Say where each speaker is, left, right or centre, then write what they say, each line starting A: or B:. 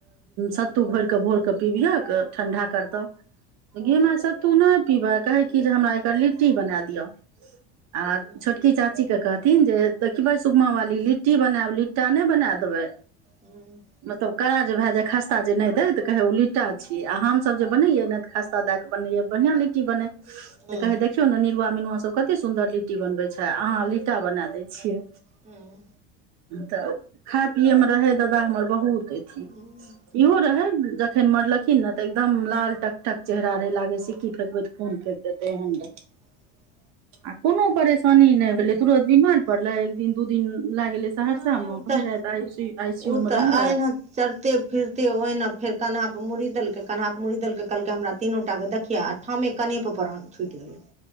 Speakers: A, on the right; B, on the right.
A: सत्तू घोरि कऽ भोर कऽ पिबिहक ठंढा करतह गेमा सत्तू नहि पीबै कहै कि जे हमरा एकर लिट्टी बना दिअ आ
B: हूँ
A: छोटकी चाची के कहथिन जे देखबे सुगमा वाली लिट्टी लिट्टी बनायब लिट्टा नहि बना देबै
B: हूँ
A: मतलब कड़ा जे भए जाए खस्ता जे नहि दै तऽ कहै ओ ली्टा छियै आओ हमसब जे बनैयए नहि तऽ खस्ता दए कऽ बनैयए बढ़ियाआ लिट्टी बनेै
B: हूँ
A: तऽ कहै देखियौ ने निरुआ मिनुआ सब कतेक सुन्दर लिट्टी बनबै छै अहाँ लीटा बनाए दै छियै
B: हूँ
A: तऽ खाय पियैमे रहय दादा हमर बहुत अथी
B: हूँ
A: इहो रहै जखन मरलखिन नऽ तऽ एकदम लाल टक टक चेहरा रहै लागै सिक्की फेेकबै तऽ खुन फेक देतेइ हन
B: ह
A: आ कोनो परेशानी नहि भेलै तुरत बिमार पड़ले एक दिन दू दिन लाग गेलै
B: नहि
A: सहरसा।
B: ओ
A: भऽ
B: तऽ
A: राति आई सी
B: ओ
A: यू मे
B: तऽ
A: रहले।
B: अहिना चरते फिरते ओहिना फेर कन्हााप पर मुड़ी देलकै कन्हााप पर मुड़ी देलकै कहलकै हमरा तीनोटा के देखियिया। ठाम मे कनेप पर छुटि गेलै।